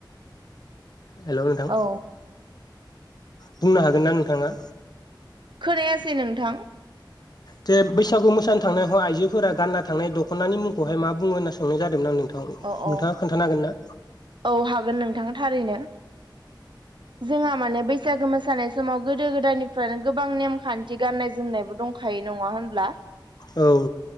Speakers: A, on the left; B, on the right.
A: हेल' नोंथां
B: औ
A: बुंनो हागोन ना नोंथाङा।
B: खोनायासै नोंथां?
A: जे बैसागु मोसानो थांनायाव आइजोफोरा गानना थांनाय दख'नानि मुंखौहाय मा बुङ होनना सोंनाय जादोंमोननां नों
B: अ
A: नोंथाङा
B: औ
A: खोन्थान हांगोन ना?
B: औ हागोन नोंथां थारैनो। जोंहा माने बैसागो मोसानाय समाव गोदो गोदायनिफ्रायनो गोबां नेमखान्थि गान गाननाय जोमनायबो दंखायो नङा होनब्ला
A: औ